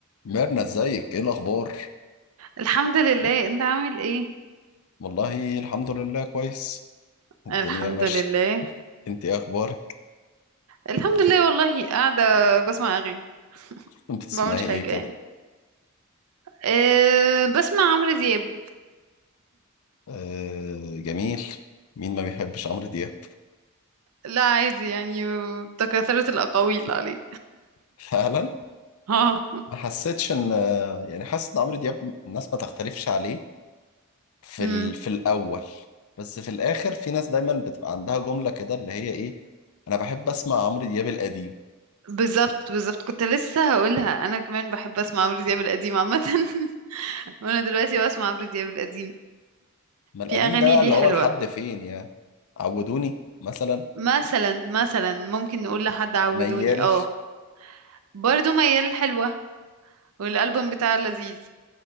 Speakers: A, on the left (about 75°); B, on the right (about 80°).
A: ميرنا ازيك ايه الاخبار
B: الحمد لله انت عامل ايه
A: والله الحمد لله كويس الدنيا
B: الحمد
A: ماشيه
B: لله
A: انت ايه اخبارك
B: الحمد لله والله قاعدة بسمع اغاني
A: <laughs> بتسمعي
B: ما بعملش حاجة
A: ايه كده
B: يعني أه بسمع عمرو دياب
A: آه جميل مين ما بيحبش عمرو دياب
B: لا عادي يعني تكاثرت الأقاويل عليه
A: <laughs> فعلا
B: اه
A: ما حسيتش ان يعني حاسس ان عمرو دياب الناس ما تختلفش عليه في
B: امم
A: ال... في الاول بس في الاخر في ناس دايما بتبقى عندها جمله كده اللي هي ايه انا بحب اسمع عمرو دياب القديم
B: بالظبط بالظبط كنت لسه هقولها انا كمان بحب اسمع عمرو دياب القديم عامة <laughs> وانا دلوقتي بسمع عمرو دياب القديم
A: ما القديم
B: في اغاني
A: ده بقى
B: ليه
A: اللي
B: حلوة
A: هو لحد فين يعني عودوني مثلا
B: مثلا مثلا ممكن نقول لحد عودوني
A: ميال
B: اه برضو ميال حلوة والالبوم بتاع لذيذ